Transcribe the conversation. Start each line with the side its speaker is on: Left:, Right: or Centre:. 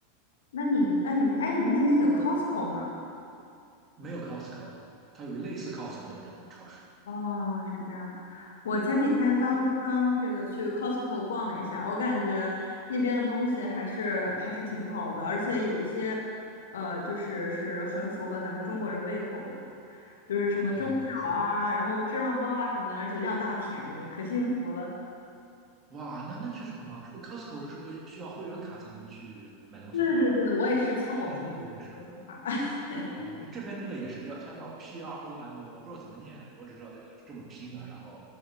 Left: 那你那你们哎，你们那边有 Costco 吗？
Right: 没有 Costco，它有类似 Costco 的这种超市。
Left: 哦，是这样。我前几天刚刚这个去 Costco 逛了一下，我感觉那边的东西还是还是挺好的，而且有一些，呃，就是是很符合咱们中国人胃口的，就是什么蒸饺啊，
Right: 哦，是的。
Left: 然后芝麻包啊什么的，而且量大便宜，可幸福了。
Right: 哇，那那确实很棒。是不是 Costco 是不是需要会员卡才能去买东西的吧？
Left: 对对对，我也是蹭我朋
Right: 对，那个也是。
Left: 友的做法 <laughs>
Right: 哦，这边那个也是叫，它叫 P R O M，我不知道怎么念，我只知道这个这么拼的。然后